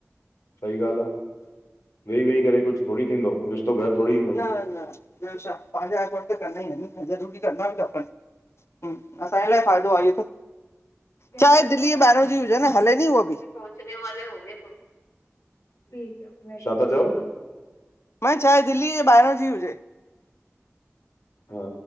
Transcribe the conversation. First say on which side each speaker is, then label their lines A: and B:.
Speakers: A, on the left; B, on the left.
A: सही ॻाल्हि आहे वेई वेई करे कुछ थोड़ई थींदो। रिश्तो घर थोरी ईंदो
B: न न ॿियो छा पंहिंजा करणो ई आहे न ज़रूरी करणा बि खपनि हम असांजे लाइ फ़ायदो आहे न।
A: क्या
B: चाहे
A: कह रहे
B: दिल्ली
A: हो
B: जे ॿाहिरां जी हुजे हले नी उहा
A: अभी
B: बि
A: पहुंचने वालें होंगे तुम। <unintelligible> छा था चओ?
B: मां चाहियां थी त दिल्ली जे ॿाहिरा जी हुजे।
A: हा